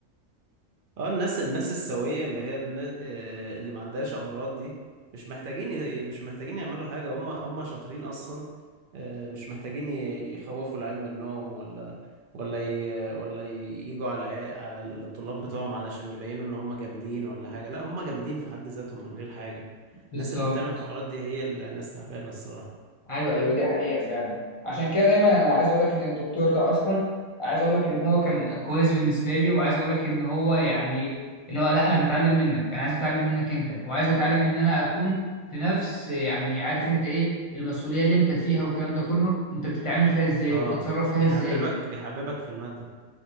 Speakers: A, on the right (about 60°); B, on the left (about 30°).
A: اه الناس الناس السوية اللي هي الناس آه اللي ما عندهاش امراض دي مش محتاجين ي- مش محتاجين يعملوا حاجة هم هم شاطرين اصلا آه مش محتاجين ي- يخوفوا العيال منهم ولا ولا ي... ولا ي- يجوا على العيا- على الطلاب بتوعهم علشان يبينوا ان هم جامدين ولا حاجة لا هم جامدين في حد ذاتهم من غير حاجة
B: بالظبط
A: الناس اللي بتعمل حوارات دي هي الناس تعبانة الصراحة
B: ايوه ايوه دي حقيقة فعلا عشان كده دايما انا عايز اقول لك ان الدكتور ده اصلا عايز اقول لك ان هو كان كويس بالنسبة لي وعايز اقول لك ان هو يعني اللي هو لا انا بتعلم منك انا عايز اتعلم منك انت وعايز اتعلم ان انا اكون في نفس يعني عارف انت ايه المسؤولية اللي انت فيها والكلام ده كله انت بتتعامل فيها ازاي
A: اه
B: وبتتصرف فيها
A: بيحببك
B: ازاي
A: بيحببك في المادة